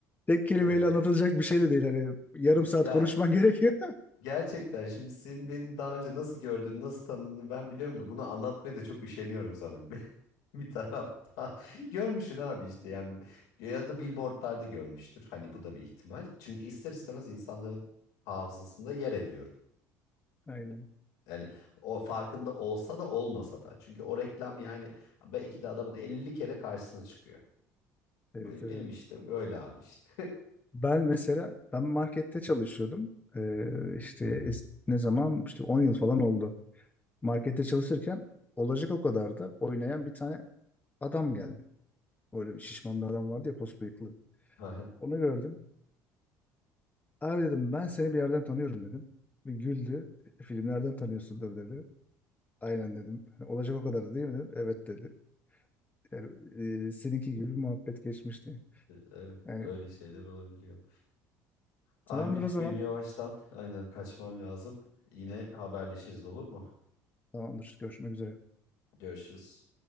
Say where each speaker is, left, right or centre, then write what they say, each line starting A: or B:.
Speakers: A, on the left; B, on the left.
A: Tek kelimeyle
B: Ee,
A: anlatılacak bir şey de değil. Hani yarım saat
B: ya
A: konuşman gerekiyor.
B: Gerçekten şimdi senin beni daha önce nasıl gördüğünü, nasıl tanıdığını ben biliyorum da bunu anlatmaya da çok üşeniyorum sanırım <laughs> bir bir taraftan. <laughs> Görmüşsün abi işte yani ya da billboardlarda görmüştür. Hani bu da bir ihtimal. Çünkü ister istemez insanların hafızasında yer ediyorum.
A: <laughs> Aynen.
B: Yani o farkında olsa da olmasa da. Çünkü o reklam yani belki de adamın 50 kere karşısına çıkıyor.
A: Evet
B: Bu benim
A: evet.
B: işte böyle abi işte.
A: Ben mesela ben markette çalışıyordum. Ee, işte es- ne zaman işte 10 yıl falan oldu. Markette çalışırken olacak o kadar da oynayan bir tane adam geldi. Öyle bir şişman bir adam vardı ya pos bıyıklı.
B: <laughs>
A: Onu gördüm. Abi dedim ben seni bir yerden tanıyorum dedim. Bir güldü. "E, Filmlerden tanıyorsundur dedi. Aynen dedim. "Hani Olacak o kadar değil mi dedim. Evet dedi. Yani e, seninki gibi bir muhabbet geçmişti.
B: Evet
A: Yani
B: öyle şeyler olabiliyor.
A: Tamamdır
B: Abi
A: o zaman.
B: benim yavaştan aynen kaçmam lazım. Yine haberleşiriz olur mu?
A: Tamamdır. Görüşmek üzere.
B: Görüşürüz.